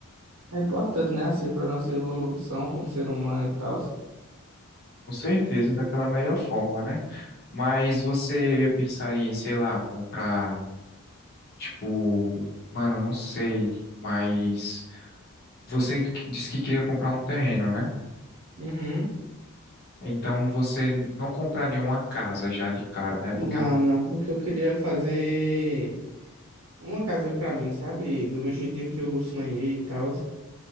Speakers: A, on the right; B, on the left.
A: É importante, né? Assim, para nossa evolução como ser humano e tal.
B: com certeza daquela melhor forma, né? Mas você pensaria em, sei lá, comprar Tipo, mano, eu não sei, mas você que- disse que queria comprar um terreno, né?
A: Uhum.
B: Então você não compraria uma casa já de cara, né? Porque
A: Não,
B: é um,
A: não, porque eu queria fazer uma casa para mim, sabe? Do meu jeitinho que eu sonhei e tal.